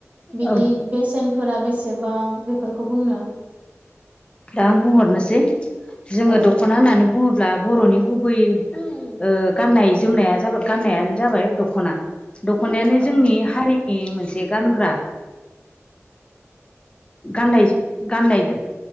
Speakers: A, on the right (about 30°); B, on the left (about 20°).
A: बिनि
B: औ
A: बेसेनफोरा बेसेबां? बेफोरखौ बुंनो
B: दा आं बुंहरनोसै, जोङो
A: औ
B: दख'ना होननानै बुङोब्ला बर'नि गुबै ओ गाननाय-जोमनाय गाननायानो जाबाय दख'ना दख'नायानो
A: औ
B: जोंनि हारि नि मोनसे गानग्रा गाननाय जो गाननाय दो